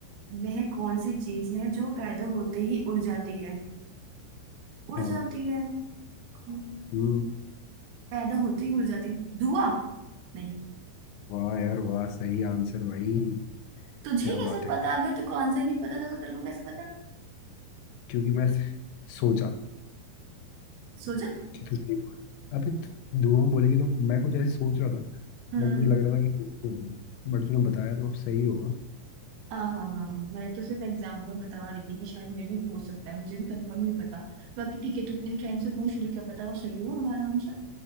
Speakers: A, on the right (about 70°); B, on the left (about 90°).
A: वह कौन सी चीज है जो पैदा होते ही उड़ जाती है उड़
B: हाँ
A: जाती है अम्म,
B: हम्म
A: पैदा होते ही उड़ जाती है धुआं नहीं
B: वाह यार वाह सही आंसर भाई
A: तुझे
B: क्या
A: कैसे
B: बात है
A: पता
B: क्या
A: अगर तेरे को आंसर नहीं पता था तो तेरे को कैसे पता
B: क्योंकि मैं सोचा
A: सोचा
B: कि तू सेफ हो अबे तो दुआ बोलेगी तो मैं कुछ ऐसे सोच रहा था
A: हम्म
B: बट मुझे लग रहा था कि कुछ नहीं होगा बट तूने बताया तो सही होगा
A: हाँ हाँ हाँ हाँ, मैं तो सिर्फ एग्जाम्पल बता रही थी कि शायद मे भी हो सकता है मुझे भी कंफर्म नहीं पता बाकी ठीक है तो अपने फ्रेंड से पूछ लियो क्या पता वो सही हो हमारा आंसर